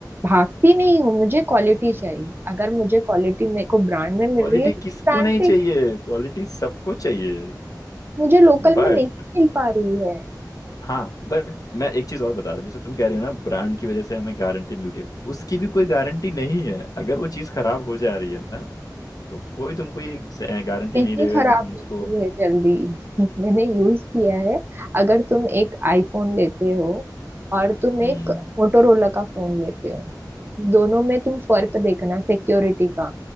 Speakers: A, on the right; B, on the left.
A: भागती नहीं हूँ मुझे क्वालिटी चाहिए अगर मुझे क्वालिटी मेरे को ब्रांड में मिल
B: क्वालिटी
A: रही है तो
B: किसको
A: ब्रांड
B: नहीं
A: से
B: चाहिए क्वालिटी सबको चाहिए
A: मुझे लोकल
B: बट
A: में नहीं मिल पा रही है
B: हाँ बट मैं एक चीज और बता रहा हूँ जैसे तुम कह रहे हो ना ब्रांड की वजह से हमें गारंटी मिलती है उसकी भी कोई गारंटी नहीं है अगर वो चीज खराब हो जा रही है ना तो कोई तुमको ये गारंटी
A: नहीं
B: नहीं देगा
A: खराब
B: कि तुम उसको
A: होती है जल्दी <laughs> मैंने यूज किया है अगर तुम एक आईफोन लेते हो और तुम
B: हम्म
A: एक मोटोरोला का फोन लेते हो दोनों में तुम फर्क देखना सिक्योरिटी का